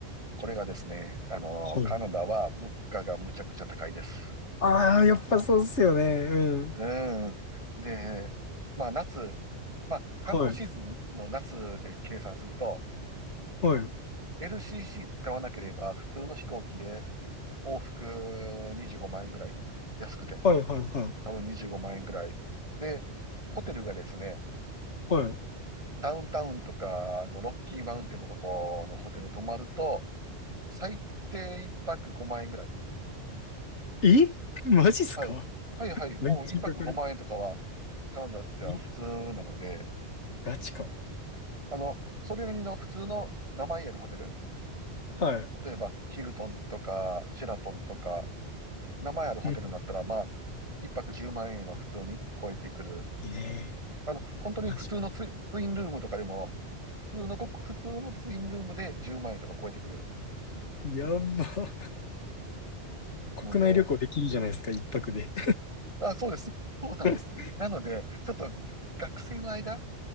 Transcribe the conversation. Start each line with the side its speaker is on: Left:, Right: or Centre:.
Right: これがですね、あの、
Left: はい。
Right: カナダは物価がむちゃくちゃ高いです。
Left: ああ、やっぱそうっすよね。うん。
Right: うん。で、まあ夏、まあ観光シーズンの夏で計算すると、
Left: はい、はい、
Right: LCC 使わなければ普通の飛行機で往復25万円ぐらい安くて、
Left: はい、はい、はい。
Right: 多分25万円ぐらい。で、ホテルがですね、
Left: は
Right: ダウンタウンとかのロッキーマウンテンのとこのホテル泊まると、最低1泊5万円ぐらい。
Left: い。えマジっすか
Right: はい。はいはい。もう1泊5万円とかは
Left: めっちゃかかる。
Right: カナダじゃ普通なので、
Left: えガチか。
Right: あの、それなりの普通の名前あるホテル、
Left: はい。
Right: 例えばヒルトンとかシェラトンとか、名前あるホテルになったら、
Left: うん。
Right: まあ、一泊10万円は普通に超えてくる。
Left: ええ
Right: あの、本当に普通のツイ、
Left: マジか。
Right: ツインルームとかでも、普通のごく普通のツインルームで10万円とか超えてくる
Left: やば。国内旅行できるじゃないですか、
Right: ので、
Left: 一泊で。
Right: あ、そうです。そうなんです。
Left: <laughs>
Right: なので、ちょっと学生の間、